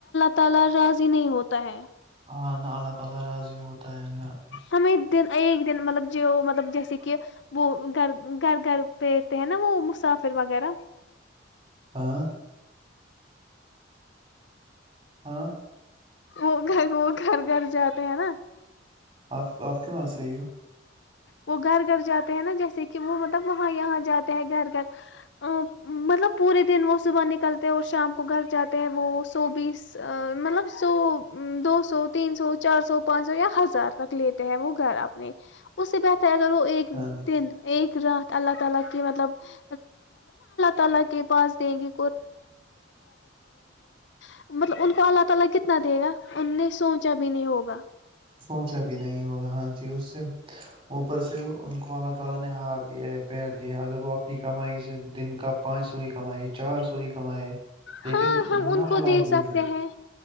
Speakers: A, on the left; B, on the right.
A: تالا راضی نہیں ہوتا ہے
B: ہ اللہ تعالی راضی ہوت ت ن <unintelligible>
A: ہمیں دن ایک دن مطلب جو مطلب جیسے کہ وہ گھر گھر گھر پیرتے ہیں نا وہ مسافر وغیرہ
B: ہ <unintelligible> ہاں
A: وہ گھر وہ گھر گھر جاتے ہیں نا
B: آپ آپ کیوں ہنس رہی ہو
A: وہ گھر گھر جاتے ہیں نا جیسے کہ وہ مطلب وہاں یہاں جاتے گھر گھر ا مطلب پورے دن وہ صبح نکلتے ہیں اور شام کو گھر جاتے ہیں وہ سو بیس مطلب سو دو سو تین سو چار سو پانچ سو یا ہزار تک لیتے ہیں وہ گھر اپنے اس سے ب کر وہ ایک
B: ہاں جی
A: دن ایک جب ہم اپنے اپیئرز کرتے ہیں دعا کرتے ہیں تو اوپر والا ہمیں کتنا دے گا ہم کبھی سوچ بھی نہیں سکتے
B: <inaudible> لیکن
A: ہاں ہم
B: وہ نا
A: ان کو
B: حلال
A: دے سکتے
B: رزق
A: ہیں